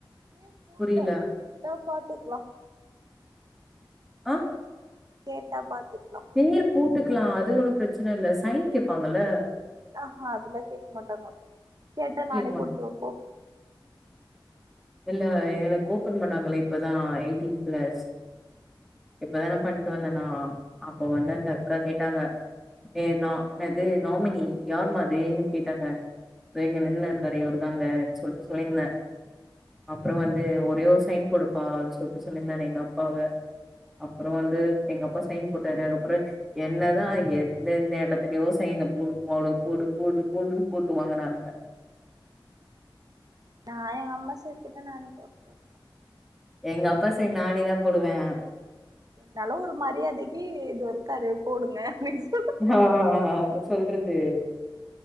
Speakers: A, on the right; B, in the centre.
A: இங்கயு கூட்டோ
B: புரியல
A: கேட்டா பாத்துக்லா
B: அ
A: கேட்டா பாத்துக்லா
B: எம் பேரு போட்டுக்கலா அது ஒன்னு பிரச்சன இல்ல சைன் கேப்பாங்கல்ல
A: ஆஹா அதெல்லா கேக்க மாட்டாங்க கேட்டா
B: கேக்க
A: நானே
B: மாட்டாங்க
A: போட்ருவே போ
B: இல்ல எனக்கு ஓப்பன் பண்ணாங்களே இப்பதா எயிட்டீன் பிளஸ் இப்பதானே பண்ட்டு வந்தே நா அப்ப வந்து அந்த அக்கா கேட்டாங்க ஏனா இன்னது நாமினி யார்மா அதுன்னு கேட்டாங்க வேங்க வெள்ல இருக்காரு இவரு தாங்கனு சொல்ட்டு சொல்லிருந்தே அப்றோ வந்து ஒரே ஒரு சைன் போடுப்பா அப்டின் சொல்ட்டு சொல்லிருந்தாரு எங்க அப்பாவ அப்பற வந்து எங்க அப்பா சைன் போட்டாரு அதுக்கப்பற என்னதா எந்தெந்த எடத்துலயோ சைன போடு போடு போடு போடு போடுன்னு போட்டு வாங்குனானுங்க
A: நா எங்க அம்மா சைன் கேட்டா நானே போட்ருவே
B: எங்க அப்பா சைன் நானே தா போடுவே
A: இருந்தாலு ஒரு மரியாதைக்கு இதோ இருக்காரு போடுங்க அப்டின் சொ
B: ஆ அ அ சொல்றது